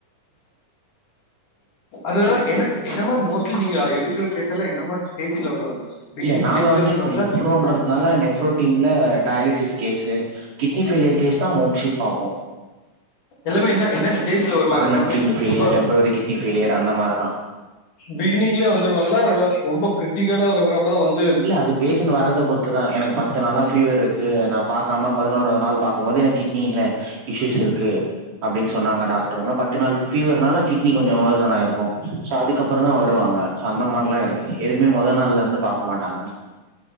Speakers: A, on the left (about 70°); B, on the right (about 70°).
A: அதுலதா என்ன என்ன மாரி மோஸ்ட்லி நீங்க எடுக்குற எல்லா என்ன மாரி ஸ்டேஜில வருவாங்க பிகினிங்
B: இல்ல நாங்க
A: ஸ்டேஜ்ல
B: வந்து
A: வந்துருவாங்களா
B: இப்ப நெஃப்ரோன்றதுனால நெஃப்ரோ டீம்ல டயாலிசிஸ் கேஸு கிட்னி ஃபெய்லியர் கேஸ்தா மோக்ஷி பாப்போ
A: எல்லாமே என்ன என்ன ஸ்டேஜ்ல வருவாங்க
B: பர்மனன்ட்
A: எல்லாமே
B: கிட்னி ஃபெயிலியர்
A: ரொம்ப
B: டெம்பரரி கிட்னி ஃபெயிலியர் அந்த மாரிதா
A: பிகினிங்லே வந்துருவாங் <unintelligible> ரொம்பொ க்ரிட்டிக்கல இருக்குறப்போதா வந்
B: இல்ல அது பேஷன்ட் வர்றத பொறுத்துதா எனக்கு பத்து நாளா ஃபீவர் இருக்கு நா பாக்காம பதினோராவ் நாள் பாக்கம் போது எனக் கி ட்னியில இஷ்யூஸ் இருக்கு அப்டின் சொன்னாங்க டாக்ட்ரு
A: சரி,
B: இன்னு பத்து நாள் ஃபீவர்னால கிட்னி கொ அபாசனாயிருக்கோ சோ அதுக்கப்றந்தா வருவாங்க
A: சரி,
B: சோ அந்த மாரிலா இருக்கு எ துமே மொத நாள்லேந்து பா போ மாட்டாங்க